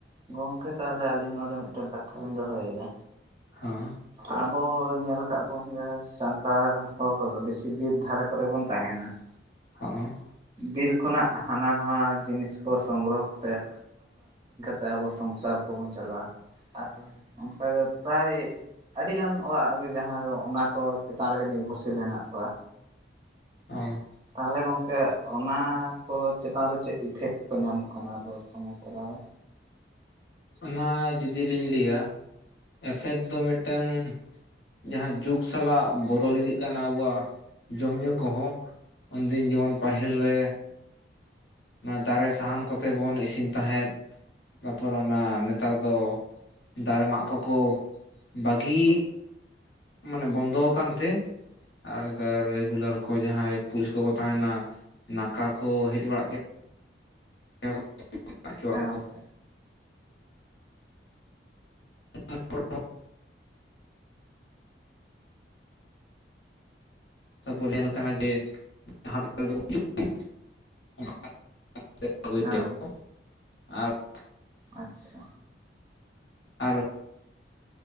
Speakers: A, on the right; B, on the left.
A: ᱜᱚᱝᱠᱮ ᱛᱟᱦᱚᱞᱮ ᱟᱹᱞᱤᱧ ᱱᱚᱰᱮ ᱢᱤᱫᱴᱟᱝ ᱠᱟᱛᱷᱟᱞᱤᱧ ᱫᱚᱦᱚᱭᱮᱫᱟ
B: ᱦᱚᱸ᱾
A: ᱟᱵᱚ ᱧᱮᱞ ᱟᱠᱟᱜ ᱵᱚᱝ ᱥᱟᱱᱛᱟᱲ ᱦᱚᱲ ᱠᱚᱫᱚ ᱵᱮᱥᱤ ᱵᱤᱨ ᱫᱷᱟᱨᱮ ᱠᱚᱨᱮ ᱵᱚᱱ ᱛᱟᱦᱮᱱᱟ᱾ <inaudible>
B: ᱦᱚᱸ᱾
A: ᱵᱤᱨ ᱠᱷᱚᱱᱟᱜ ᱦᱟᱱᱟ ᱱᱟᱣᱟ ᱡᱤᱱᱤᱥ ᱠᱚ ᱥᱚᱝᱜᱨᱚᱦᱚ ᱠᱟᱛᱮᱫ, ᱥᱮ ᱟᱵᱚ ᱥᱚᱝᱥᱟᱨ ᱠᱚᱵᱚᱱ ᱪᱟᱞᱟᱣᱟ᱾ ᱟᱨ ᱚᱱᱠᱟᱜᱮ ᱯᱨᱟᱭ ᱟᱹᱰᱤ ᱜᱟᱱ ᱚᱲᱟᱜ ᱜᱮ ᱡᱟᱦᱟᱸᱭ ᱫᱚ ᱚᱱᱟ ᱠᱚ ᱪᱮᱛᱟᱱ ᱨᱮᱜᱮ ᱱᱤᱨᱵᱷᱚᱨᱥᱤᱞ ᱦᱮᱱᱟᱜ ᱠᱚᱣᱟ᱾
B: ᱚᱸ
A: ᱛᱟᱦᱚᱞᱮ ᱜᱚᱝᱠᱮ ᱚᱱᱟ ᱠᱚ ᱪᱮᱛᱟᱱ ᱨᱮ ᱪᱮᱫ ᱤᱯᱷᱮᱠᱴ ᱠᱚ ᱧᱟᱢᱚᱜ ᱠᱟᱱᱟ? ᱟᱵᱚ ᱥᱚᱢᱟᱡᱽ ᱛᱟᱞᱟᱨᱮ
B: ᱚᱱᱟ ᱡᱩᱫᱤ ᱞᱤᱧ ᱞᱟᱹᱭᱟ᱾ ᱮᱯᱷᱮᱠᱴ ᱫᱚ ᱢᱤᱫᱴᱟᱝ ᱡᱟᱦᱟᱸ ᱡᱩᱜᱽ ᱥᱟᱞᱟᱜ ᱵᱚᱫᱚᱞ ᱤᱫᱤᱜ ᱠᱟᱱᱟ ᱟᱵᱚᱣᱟᱜ ᱡᱚᱢ ᱧᱩ ᱠᱚ ᱦᱚᱸ ᱩᱱᱫᱤᱱ ᱡᱮᱢᱚᱱ ᱯᱟᱹᱦᱤᱞ
A: ᱦᱮᱸ
B: ᱨᱮ᱾ ᱚᱱᱟ ᱫᱟᱨᱮ ᱥᱟᱦᱟᱱ ᱠᱚᱛᱮ ᱵᱚᱱ ᱤᱥᱤᱱ ᱛᱟᱦᱮᱸᱫ ᱛᱟᱯᱚᱨᱮ ᱚᱱᱟ ᱱᱮᱛᱟᱨ ᱫᱚ ᱫᱟᱨᱮ ᱢᱟᱜ ᱠᱚᱠᱚ ᱵᱟᱹᱜᱤᱻ᱾ ᱢᱟᱱᱮ ᱵᱚᱱᱫᱚ ᱟᱠᱟᱱ ᱛᱮ᱾ ᱟᱨ ᱱᱮᱛᱟᱨ ᱨᱮᱜᱩᱞᱟᱨ ᱠᱚ ᱡᱟᱸᱦᱟᱸᱭ ᱯᱩᱞᱤᱥ ᱠᱚᱠᱚ ᱛᱟᱦᱮᱱᱟ ᱱᱟᱠᱟ ᱠᱚ ᱦᱮᱡ ᱵᱟᱲᱟᱜ ᱜᱮ᱾ <unintelligible>
A: ᱜᱚᱝᱠᱮ
B: <unintelligible> ᱛᱟᱨᱯᱚᱨ ᱧᱮᱞ ᱠᱟᱱᱟ ᱡᱮ <unintelligible>
A: ᱦᱮᱸ ᱜᱚᱝᱠᱮ
B: <unintelligible>
A: ᱟᱪᱪᱷᱟ
B: ᱟᱨ